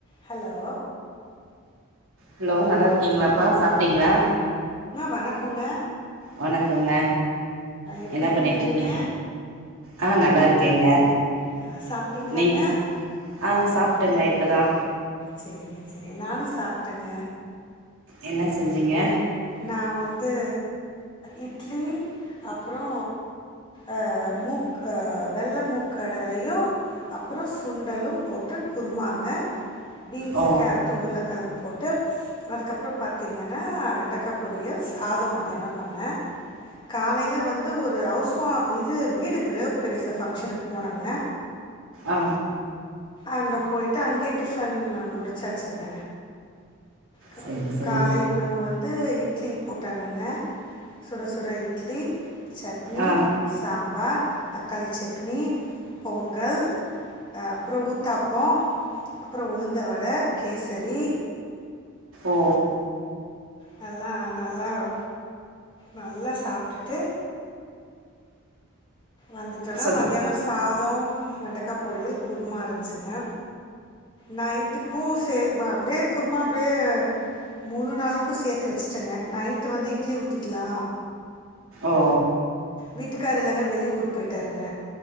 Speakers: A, on the left; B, on the right.
A: Hello
B: hello நல்லா இருக்கீங்களாப்பா சாப்ட்டீங்களா
A: வணக்கோங்க
B: வணக்கோங்க
A: எப்படி
B: என்ன
A: இருக்கீங்கங்க
B: பண்ணிட்ருக்கீ ஆஹ் நல்லா இருக்கேங்க
A: ஆ, சாப்பிட்டீங்களாங்க
B: நீங் ஆ சாப்டங்க இப்பதா
A: சரிங்க சரிங்க நானு சாப்டங்க
B: என்ன செஞ்சிங்க
A: நா வந்து இட்லி அப்றோ ஆஹ் மூக் வெள்ள மூக்கடலையு அப்றோ சுண்டலும் போட்டு குருமாங்க பீன்சு
B: ஓ
A: கேரட்டு உருளக்கழங் போட் டு அதுக்கப்றோ பாத்தீங்கனா வெண்டக் கப் பொரியல் சாதம் மத்யான பண்னே. காலைல வந்து ஒரு ஹவுஸ் உவா இதூ வீடு கிரவ்ப் ப்ரவேச ஃபங்ஷனுக் போனங்க
B: ஆ
A: அங்க போய்ட்டு அங்கயே டிப்பன்ன முடிச்சாச்சுங்க. க
B: சரி சரிங்க
A: காலை உணவு வந் தூ இட்லி போட்டாங்கங்க. சுட சுட இட்லீ, சட்னீ,
B: ஆ
A: சாம்பார், தக்காளிச்சட்னீ, பொங்கல் ஆ அப்றோ ஊத்தாப்போ அப்றோ உளுந்தவடா, கேசரி
B: ஓ
A: நல்லா நல்லாவ் நல்லா சாப்டுட்டு வந்துட்டனா
B: சொல்
A: மத்தியான சாப்ட் <unintelligible> வெண்டக்கா பொரியல் குர்மா இருந்ச்சுங்க நைட்டுக்கு சே நா அப்டியே குருமா அப்டியே மூணு நாளைக்கு சேத்து வச்சிட்டங்க நைட்டு வந்து இட்லி ஊத்திக்லா
B: ஓ
A: வீட்டுக்காரர் இல்லங்க வெளி வெளிஊர் போயிட்டாருங்க